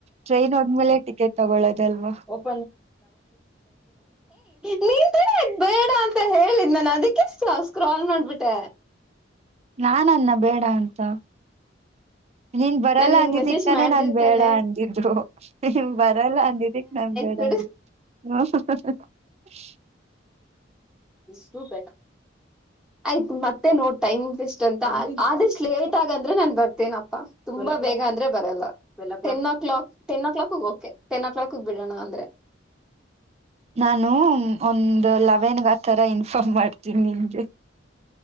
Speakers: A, on the right; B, in the centre.
A: ಟ್ರೈನ್ ಹೋದ್ಮೇಲೆ ಟಿಕೆಟ್ ತಗೊಳ್ಳೋದಲ್ವಾ.
B: <unintelligible> ಏ ನೀನ್ ತಾನೇ ಬೇಡ ಅಂತ ಹೇಳಿದ್ ನಾನ್ ಅದಕ್ಕೆ ಇಷ್ಟ ಸ್ಕ್ರಾಲ್ ಮಾಡ್ಬಿಟ್ಟೆ.
A: ನಾನ್ ಅಂದ್ನ ಬೇಡ ಅಂತ ನೀನ್ ಬರಲ್ಲ
B: ನಾನ್ ಇವಾಗ
A: ಅಂದಿದಿಕ್
B: ಮೆಸೇಜ್
A: ತಾನೇ
B: ಮಾಡ್ದೆ
A: ನಾನ್ ಬೇಡ
B: ತಾನೆ
A: ಅಂದಿದ್ದು ನೀನ್ ಬರಲ್ಲ ಅಂದಿದಿಕ್ ನಾನ್ ಬೇಡ್
B: ಎಡ
A: <unintelligible>
B: ಇಷ್ಟು ಬೇಕು ಆಯ್ತು ಮತ್ತೆ ನೋಡ್ ಟೈಮ್ ಎಸ್ಟ್ ಅಂತ ಆದಷ್ಟ್ ಲೇಟ್ ಆಗಂದ್ರೆ ನಾನ್ ಬರ್ತೇನಪ್ಪಾ. ತುಂಬಾ ಬೇಗ ಅಂದ್ರೆ ಬರಲ್ಲ. Ten o'clock ten o'clock ಗ್ ಓಕೆ ಟೆನ್ ಓ ಕ್ಲಾಕ್ ಬಿಡೋಣ ಅಂದ್ರೆ.
A: ನಾನು ಒಂದು ಲವೆನ್ಗ ಆ ತರ ಇನ್ಫಾರ್ಮ್ ಮಾಡ್ತೀನಿ ನಿನ್ಗೆ